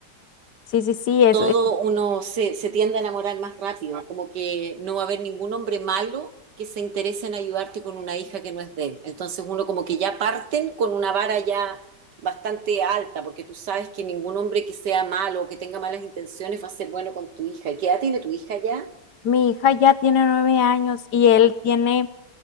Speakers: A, on the left; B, on the right.
A: sí, sí, sí, es,
B: todo
A: es-
B: uno se, se tiende a enamorar más rápido, como que no va a haber ningún hombre malo que se interese en ayudarte con una hija que no es de él. Entonces uno como que ya parten con una vara ya bastante alta, porque tú sabes que ningún hombre que sea malo o que tenga malas intenciones va a ser bueno con tu hija. ¿Qué edad tiene tu hija ya?
A: mi hija ya tiene nueve años y él tiene,